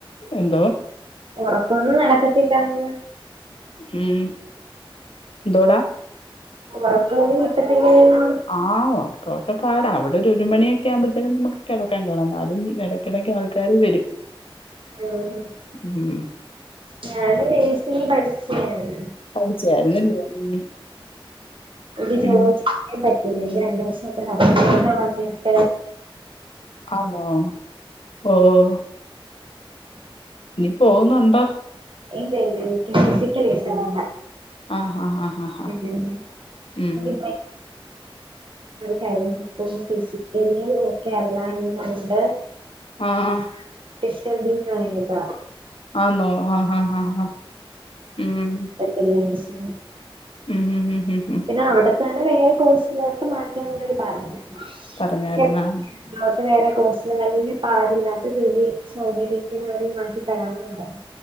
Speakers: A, on the left; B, on the right.
A: എന്തോ
B: ഒറക്കവൊന്നും നടക്കത്തില്ലാന്ന്
A: ഉം ന്തുവോട
B: ഉറക്കവൊന്നും കിട്ടത്തില്ലേ എന്ന്
A: ആ ഒറക്കക്കെ പാട അവിടെ ഒരു ഒരുമണിയെക്കെ ആകുമ്പഴത്തേനമുക്ക് കെടക്കാൻ കെടന്നാലും എടക്കെടക്ക് ആൾക്കാര് വരും
B: ഉം
A: ഉം
B: ഞാന്
A: പിന്നെ
B: നേഴ്സിങ് പഠിച്ചാണ്
A: <unintelligible>
B: ഒരു <inaudible> പിന്നെ
A: ഉം
B: രണ്ടു ദിവസൊക്കെ നമ്മളിവിടെ വന്നിട്ട
A: ആന്നോ ഉം ഇനി പോകുന്നൊണ്ടോ
B: ഇല്ല ഇല്ല എനിക്ക് ഫിസിക്കലി <unintelligible>
A: ആഹ് ആഹ് ആഹ് ആഹ്
B: ഉം
A: ഉം
B: ഒരു കഴിഞ്ഞപ്പോ ഫിസിക്കലി ഓക്കെ അല്ല എന്ന് കണ്ട്
A: ആഹ്
B: ഡിസ്‌കണ്ടിന്യു ആയത
A: ആന്നോ ആഹ് ആഹ് ആഹ് ഉം
B: എല്ലാ വർഷം
A: ഉം ഉം ഉം ഉം ഉം
B: പിന്നവടെത്തന്നെ വേറെ കോഴ്സിലോട്ട് മാറ്റന്നവര് പറഞ്ഞ് <unintelligible>
A: പറഞ്ഞായിരുന്നോ
B: വേറെ കോഴ്സ് വല്ല്യ പാടില്ലാത്ത ജോലി സൗകര്യത്തിനു മാറ്റി തരാവന്നു പറഞ്ഞു